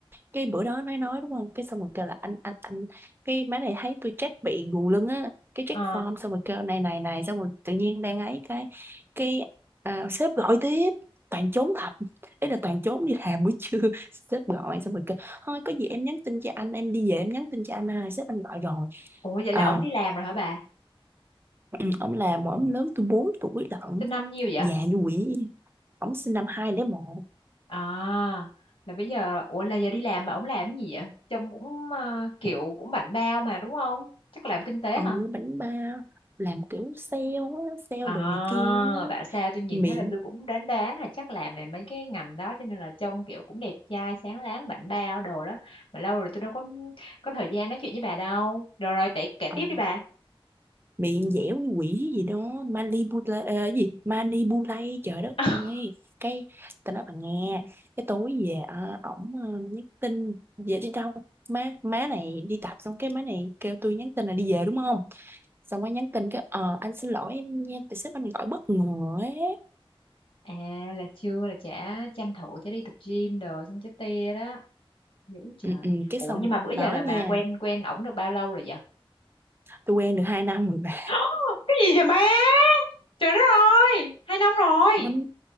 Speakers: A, on the right; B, on the left.
A: cái bữa đó nói nói đúng không cái xong rồi kêu là anh anh anh cái má này thấy tôi check bị gù lưng á cái check
B: ờ
A: form xong rồi kêu này này này xong rồi tự nhiên đang ấy cái cái à, sếp gọi tiếp toàn trốn thật ý là toàn trốn đi làm buổi trưa <laughs> sếp gọi xong rồi kêu thôi có gì em nhắn tin cho anh em đi về em nhắn tin cho anh à. sếp anh gọi rồi
B: ủa vậy
A: ờ,
B: là ổng đi làm rồi hả bà
A: Ừ, ông là một ông lớn tôi 4 tuổi lận
B: sinh năm nhiêu vậy
A: già như quỷ ông sinh năm 2001
B: à là bây giờ ủa là giờ đi làm mà ổng làm cái gì vậy trông cũng ờ, kiểu cũng bảnh bao mà đúng không chắc làm kinh tế
A: ừ,
B: hả
A: bánh ba làm kiểu sale á, sale
B: À,
A: đồ này kia á.
B: bảo sao tôi nhìn
A: miệng
B: thấy là tôi cũng đoán đoán là chắc làm về mấy cái ngành đó cho nên là trông kiểu cũng đẹp trai sáng láng bảnh bao đồ đó mà lâu rồi tôi đâu có có thời gian nói chuyện với bà đâu rồi rồi tệ kể
A: ờ,
B: tiếp đi bà
A: miệng dẻo như quỷ gì đó Manipula ờ, gì Manipulay trời đất
B: <laughs>
A: ơi cái tao nói bà nghe cái tối về ờ, ổng ờ, nhắn tin về đi đâu má má này đi tập xong cái má này kêu tôi nhắn tin là đi về đúng không xong mới nhắn tin cái ờ anh xin lỗi em nha tại sếp anh gọi bất ngờ ấy
B: à là chưa là chả tranh thủ chả đi tập gym đồ xong chả tia đó dữ trời
A: ừ, ừ, cái
B: ủa
A: xong
B: nhưng mà bữa
A: đó
B: giờ là
A: nha
B: bà quen quen ổng được bao lâu rồi vậy
A: tôi quen được 2 năm rồi bà
B: <gasps> cái gì vậy má trời đất ơi hai năm rồi
A: năm